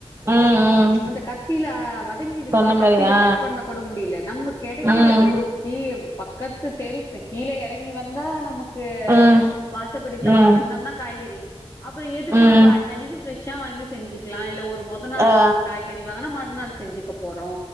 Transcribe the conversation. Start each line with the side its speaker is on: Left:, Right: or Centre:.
Right: ம் ம்
Left: அந்த கத்தியில வதங்கிடுதுல
Right: சொன்ன
Left: கத்தில
Right: மாரி ஆ
Left: கட் பண்ண கூட முடியல நம்ம கெடைக்கிறதோ
Right: ம்
Left: கே பக்கத்து தெருக்கு கீழ எறங்கி வந்தா நம் கு
Right: ம்
Left: வாசப்படி தாண்டி
Right: ம்
Left: வந்தம்னா காய்கறி அப்புறோ எதுக்கு
Right: ம்
Left: நம்ப அன்னனைக்கு ஃபிரஷ் ஷா வாங்கி செஞ்சுக்லா இல்ல ஒரு மொத நாள்
Right: ஆ
Left: காய்கறி வாங்னா மறுநாள் செஞ்சுக்கப் போறோ